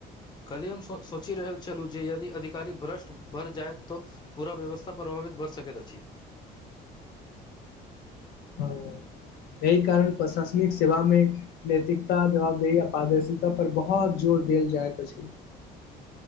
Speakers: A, on the left; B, on the left.
A: कल्हिय हम सोचि रहल छलहुँ जे यदि अधिकारी भ्रष्ट बढ़ जाइत तऽ पूरा व्यवस्था प्रभावित भर सकैत अछि <inaudible>
B: हँ एहि कारण प्रशासनिक सेवा मे नैतिकता जवाबदेहि आ पारदर्शता पर बहुत जोर देल जायत अछि।